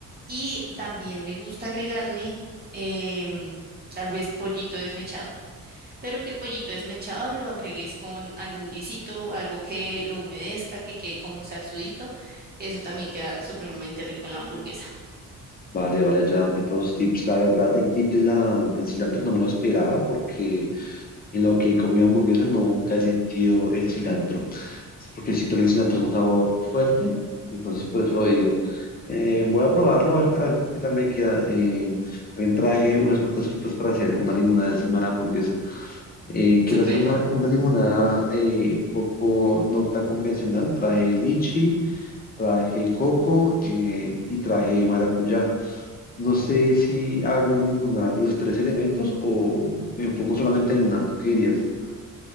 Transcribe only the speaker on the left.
Vale, vale, ya ante todos los tips. La verdad, el tip de la, del cilantro no me lo esperaba porque en lo que he comido hamburguesas nunca he sentido el cilantro. Es porque siento que el cilantro es un sabor fuerte, entonces por eso lo digo. Eh, voy a probarlo, a ver, a ver con qué tal me queda. Eh, también traje unas cuantas frutas para hacer una limonada encima de la hamburguesa. Eh, quiero
hacer una, una limonada eh, un poco no tan convencional. Traje lichi, traje coco eh, y traje maracuyá. No sé si hago una limonada de los tres elementos o me enfoco solamente en una. ¿Tú qué dirías?